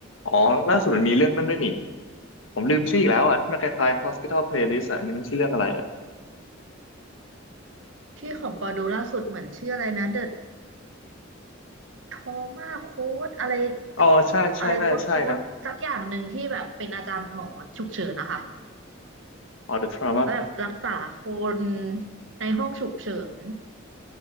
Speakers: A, on the left; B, on the right.
A: อ๋อล่าสุดมันมีเรื่องนั้นด้วยนี่ ผมลืมชื่ออีกแล้วอ่ะที่มันคล้ายๆ Hospital Playlist อ่ะอันนี้มันชื่อเรื่องอะไรอ่ะ
B: ที่ของปอดูล่าสุดเหมือนชื่ออะไรนะ The Trauma Code อะไร
A: อ๋อใช่ใช่น่าจะใช่นะ
B: อะไรโค้ดโค้ดสักอย่างหนึ่งที่แบบเป็นอาจารย์หมอฉุกเฉินนะคะ
A: อ๋อ The Trauma
B: แล้วแบบรักษาคนในห้องฉุกเฉิน